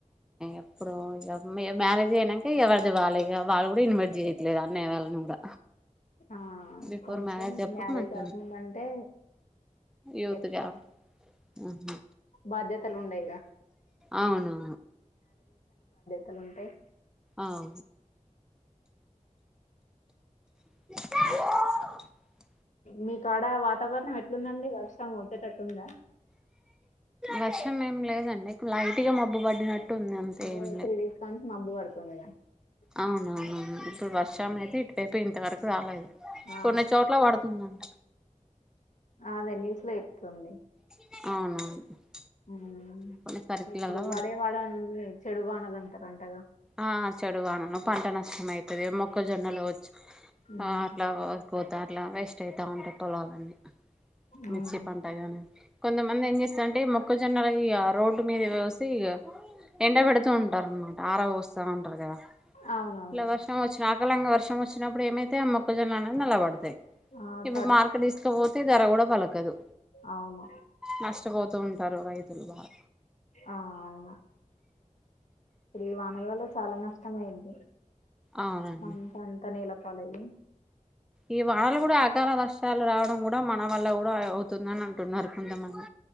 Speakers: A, in the centre; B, on the left.
A: ఎప్పుడు ఎ మ్యారేజ్ అయ్యానంక ఎవరిది వాళ్ళ వాళ్ళు కూడా ఇన్వైట్ చేయట్లేదు అన్నయ్య వాళ్ళని కూడా
B: ఆ
A: బిఫోర్
B: కొంచెం
A: అప్పుడు
B: మ్యారేజ్
A: మంచిగా
B: కాకముందంటే
A: యూత్
B: ఎక్కువ
A: గా ఆహా
B: బాధ్యతలు ఉండయిగా
A: అవునుఅవును
B: తలుంటాయి
A: అవు <inaudible>
B: మీ కాడ వాతావరణం ఎ ట్లుందండి అండి వర్షం గొ ట్టేటట్టుందా
A: వర్షం ఏం లేదండి లైట్గా మబ్బు పడినట్టు ఉంది అంతే
B: అదే
A: ఏం
B: త్రి డేస్ కానుంచి మబ్బు పడు <unintelligible>
A: అవునా ఇప్పుడు వర్షం అయితే ఇటువైపు ఇంతవరకు రాలేదు
B: ఆ
A: కొన్ని చోట్ల పడు తుందంట
B: అదే న్యూస్ లో చెప్తుంది
A: అవునవును
B: ఉమ్
A: కొన్ని సర్కిలలా
B: ఇప్పుడు
A: పడుతుంది
B: వాడే వాడ అని లే చెడు వానలు అంటారంటగా
A: ఆ చెడుగానను పంట నష్టం అవుతుంది మొక్కజొన్నలో
B: ఉమ్
A: ఆ అట్లాపోతు అట్లా వేస్ట్ అయితా ఉంటుంది పొలాలన్నీ
B: ఉమ్.
A: మిర్చిపంటగాని కొంతమంది ఏం చేస్తారంటే మొక్కజొన్నలు ఇగ రోడ్డు మీద పొసి ఇగ ఎండ పెడుతూ ఉంటారు అనమాట ఆరబోసి సముగుంట గా
B: అవునవును
A: ఇలా వర్షంవచ్చన అకలంగా వర్ష వచ్చినప్పుడు ఏమైతే ఆ మొక్కజొలు అనేది నలబడతాయి
B: ఆ
A: ఇప్పుడు
B: తడు
A: మార్కెట్ తీసుకపోతే ధర కూడా కదు
B: అవును
A: నష్టపోదు వస్తూ ఉంటారు రైతులు బాగా
B: ఆవును ఈవానల వల్ల చాలా నష్టం అయింది
A: అవునండి
B: పంట అంత నేలప్ పాలయి
A: ఈ వానలు కూడా అకాల వర్షాలు రావడం కూడా మన వల్ల కూడా అవుతుందని అంటున్నారు కొంతమంది